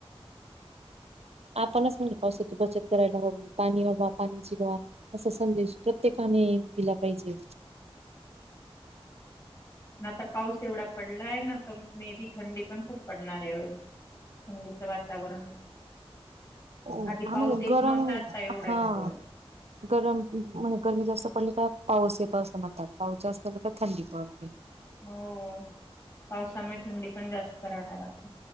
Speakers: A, on the right; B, on the left.
A: आपणच म्हटलं पावसाची बचत करायला हवी. पाणी आढवा, पाणी जिरवा. असा संदेश प्रत्येकाने दिला पाहिजे.
B: आता पाऊस एवढा पडला आहे ना, तर मे बी थंडी पण खूप पडणार आहे यावेळेस. थंडी वातावरण
A: हा
B: आधी पाऊस
A: म्हणजे
B: येत
A: गरम
B: नव्हता आता एवढा
A: हा
B: येतोय.
A: गरम म्हणे गरमी जास्त पडली का पाऊस येतोय असं म्हणतात पाऊस जास्त झाला तर थंडी पडते.
B: हो पावसामुळे थंडी पण जास्त राहणार आता.